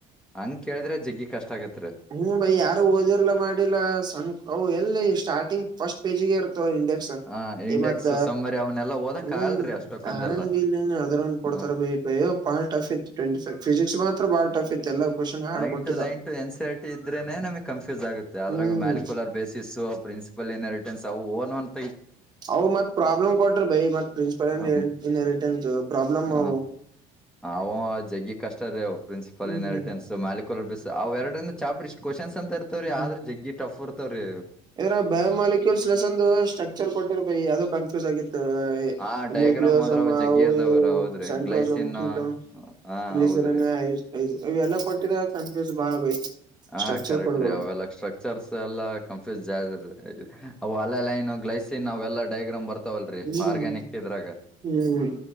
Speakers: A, in the centre; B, on the right.
A: ಹಂಗ ಕೇಳಿದ್ರೆ ಜಗ್ಗಿ ಕಷ್ಟ ಆಗುತ್ತೆ.
B: ಹ್ಮ್ ಬೈ ಯಾರು ಓದಿರ್ಲಾ ಮಾಡಿಲ್ಲ ಸಣ್ಣ ಅವು ಎಲ್ಲಿ ಸ್ಟಾರ್ಟಿಂಗ್ ಫಸ್ಟ್ ಪೇಜ್ಗೆ ಇರ್ ಇಂಡೆಕ್ಸ್
A: ಹ ಇಂಡೆಕ್ಸ್
B: ಈ ಮತ್ತ
A: ಸಮ್ಮರಿ ಅವನೆಲ್ಲಾ ಓದಕ್
B: ಹ್ಮ್
A: ಆಗಲ್ರಿ ಅಷ್ಟಕ್ಕೊಂದೆಲ್ಲ
B: ಹಂಗ ಇಲ್ಲ ಅದ್ರ ಕೊಡ್ತಾರ.
A: ಹ
B: ಬಯೋ ಭಾಳ ಟಫ್ ಇತ್ತು <unintelligible> ಫಿಸಿಕ್ಸ್ ಮಾತ್ರ ಭಾಳ ಟಫ್ ಇತ್ತು. ಎಲ್ಲ ಕ್ವಶನ್ ಹಾರ್ಡ್
A: ಲೈನ್
B: ಕೊಟ್ಟಿದ್ದ
A: ಟ ಲೈನ್ ಟ ಏನ್ ಸಿ ಆರ್ ಟಿ. ಇದ್ರೆನೆ ನಮಗ್ ಕನ್ಫ್ಯೂಸ್ ಆಗುತ್ತೆ ಆದ್ರಗ
B: ಹ್ಮ್
A: molecular basis principal in inheritance ಅವು ಓನ್ ಒಂದು
B: ಅವ ಮತ್ ಪ್ರಾಬ್ಲಮ್ ಕೊಟ್ರಿ ಭೈ ಮತ್ ಪ್ರಿನ್ಸಿಪಲ್
A: ಹ
B: ಇನ್ ಹೆರಿಟನ್ಡು ಪ್ರಾಬ್ಲಮ್
A: ಹ,
B: ಅವು
A: ಅವ ಜಗ್ಗಿ ಕಷ್ಟ ರೀ ಅವ principal
B: hmm
A: in inheritance molecular basis ಅವ ಎರಡ ಚಾಪ್ಟರ್ ಇಷ್ಟ ಕ್ವೆಶ್ಚನ್ ಅಂತ ಇರ್ತವ್ರೀ
B: ಹ್ಮ್
A: ಆದ್ರ ಜಗ್ಗಿ ಟಫ್ ಇರ್ತಾವ್ರೀ.
B: ಇದ್ರ ಬಯೋಮಾಲಿಕ್ಯೂಲ್ಸ್ಸ್ ಲೆಸೆನ್ದ ಸ್ಟ್ರಕ್ಚರ್ ಕೊಟ್ಟಿರ ಭೈ ಅದು ಕನ್ಫ್ಯೂಸ್ ಆಗಿತ್ತು.
A: ಆ ಡಯಾಗ್ರಾಮ್
B: ನ್ಯೂಕ್ಲಿಯೋಸಮ್ವು
A: ಆದ್ರ ಅವ್ ಜಗ್ಗಿ
B: ಅವು
A: ಇರ್ದಾವ್ರ
B: ಇವು
A: ಹೌದ್ರಿ
B: ಸೆಂಟ್ರೋಸಮ್ಕ್ಕಿಂತ
A: ಗ್ಲೈಸಿನ್ ಹಾ
B: ಗ್ಲಿಸಿರಿನ್
A: ಹೌದ್ರಿ
B: ಇವೆಲ್ಲಾ ಕೊಟ್ಟಿರ ಕನ್ಫ್ಯೂಸ್ ಬಾಳ ಬೈ.
A: ಹಾ
B: ಸ್ಟ್ರಕ್ಚರ್
A: ಕರೆಕ್ಟ್
B: ಕೊಡ್ಬೇಡ
A: ರೀ ಅವೆಲ್ಲ ಸ್ಟ್ರಕ್ಚರ್ಸ್ ಎಲ್ಲಾ ಕಂ <unintelligible> ಅವ ಲೈನ್ ಗ್ಲೈಸಿನ್ ಅವೆಲ್ಲಾ ಡೈಗ್ರಾಮ್ ಬರ್ತಾವಲ್ರೀ
B: ಹ್ಮ್
A: ಆರ್ಗ್ಯಾನಿಕ್ ಇದ್ರಾಗ
B: ಹ್ಮ್